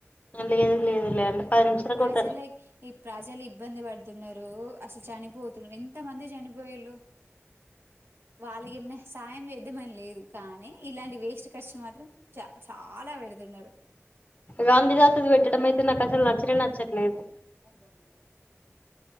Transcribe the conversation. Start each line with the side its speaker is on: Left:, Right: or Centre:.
Left: లెద్ లెద్ లె అంటె పది నిమిషాలు
Right: ప్రజలకి
Left: ఓట్
Right: ఈ ప్రజలు ఇబ్బంది పడుతున్నరు. అసలు చనిపొత్ ఎంత మంది చనిపొయిళ్లు. వాళ్ళగి ఏమన సాయం జెద్దామని లేదు. కానీ ఇలాంటి వేస్ట్ ఖర్చులు మాత్రం చ చాలా వెడుతున్నరు.
Left: గాంధీ తాతని పెట్టడం అయితే నాకు అసలు నచ్చనె నచ్చట్లేదు.
Right: ఊమ్